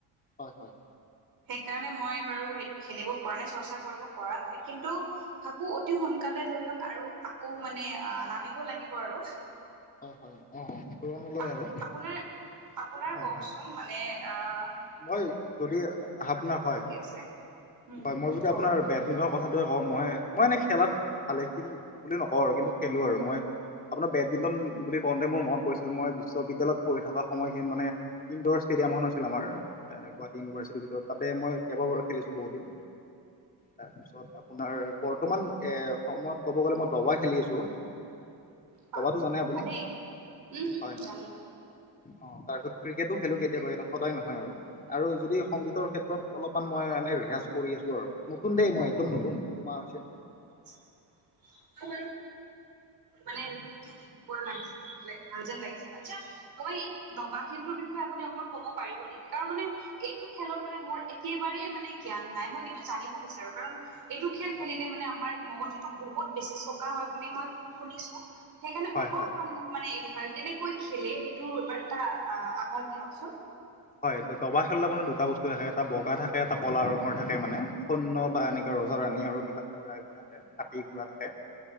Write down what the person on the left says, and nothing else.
হয় হয়।
হয় হয়, অঁ অ। তুলনালৈ
আৰু
হয়
হয়।
মই যদি আ আ হাফনাৰ হয়
হয় মই যদি
আপোনাৰ বেড-মিন ধৰক কথাটোৱে কওঁ মই মই এনে খেলাত ভালেখিনি বুলি নকওঁ আৰু কিন্তু খেলো আৰু মই আপোনাৰ বেডমিন্টন বুলি কওঁতে মোৰ মনত পৰিছিল মই বিশ্ববিদ্যালয়ত পঢ়ি থকা সময়খিনি মানে ইন্দো-ষ্টে ষ্টেডিয়াম এখন আছিল আমাৰ গুৱাহাটী ইউনিভাৰ্চিটিৰ ভিতৰত তাতে মই কেইবাবাৰো খেলিছো বহুত দিন। তাৰপিছত আপোনাৰ বৰ্তমান এ সময়ত ক'ব গ'লে মই দবা খেলি আছো।
দবাতো জানে আপুনি?
হয়
হয়,
অ তাৰপিছত ক্ৰিক ক্ৰিকেটো খেলো কেতিয়াবা কেতিয়াবা সদায় নহয় আৰু আৰু যদি সংগীতৰ ক্ষেত্ৰত অলপমান মই এনে ৰিহাজ কৰি আছো আৰু নতুন দেই মই একদম নতুন এমাহ হৈছে।
হয়
হয়
হয়, দ দবা খেলত আপোনাৰ দুটা বস্তু থাকে এটা বগা থাকে এটা কলা ৰঙৰ থাকে মানে সৈন্য বা এনেকা ৰজা-ৰাণী আৰু কিবা খুৰা এইবোৰ থাকে হাতী ঘোঁৰা থাকে